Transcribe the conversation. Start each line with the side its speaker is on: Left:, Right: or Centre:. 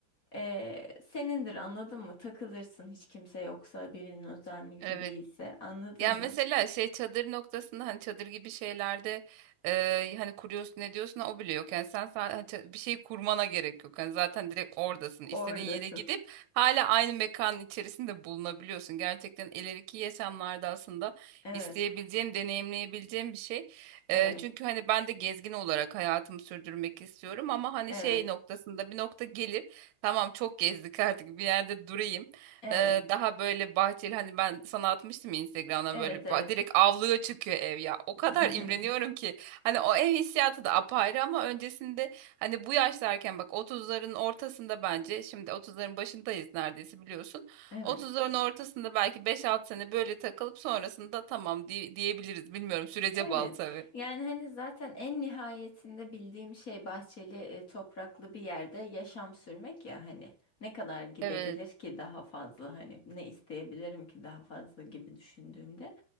Left: ee, senindir anladın mı? Takılırsın hiç kimse yoksa birinin özel mülkü
Right: Evet.
Left: değilse anladın
Right: Yani
Left: mı?
Right: mesela şey çadır noktasında hani çadır gibi şeylerde e, hani kuruyorsun ne diyorsun o bile yok. Yani sen, sa- hani ça- bir şey kurmana gerek yok. Yani zaten direkt oradasın. İstediğin
Left: Oradasın.
Right: yere gidip hala aynı mekanın içerisinde bulunabiliyorsun. Gerçekten ileriki yaşamlarda aslında
Left: Evet,
Right: isteyebileceğim, deneyimleyebileceğim bir şey.
Left: evet,
Right: E, çünkü hani ben de gezgin olarak hayatımı sürdürmek istiyorum ama hani
Left: evet,
Right: şey noktasında bir nokta gelir. Tamam çok gezdik <laughs> artık bir yerde durayım.
Left: evet,
Right: Ee, daha böyle bahçeli hani ben sana atmıştım ya Instagram'dan
Left: evet,
Right: böyle ba-
Left: evet.
Right: direkt avluya çıkıyor ev ya. O
Left: <laughs>
Right: kadar imreniyorum ki hani o ev hissiyatı da apayrı ama öncesinde hani bu yaşlarken bak 30'ların ortasında bence şimdi 30'ların başındayız neredeyse biliyorsun.
Left: Evet.
Right: 30'ların ortasında belki 5-6 sene böyle takılıp sonrasında tamam diye- diyebiliriz. Bilmiyorum sürece
Left: Evet.
Right: bağlı tabii.
Left: Yani hani zaten en nihayetinde bildiğim şey bahçeli, e, topraklı bir yerde yaşam sürmek ya hani ne kadar gidebilir
Right: Evet.
Left: ki daha fazla hani ne isteyebilirim ki daha fazla gibi düşündüğümde.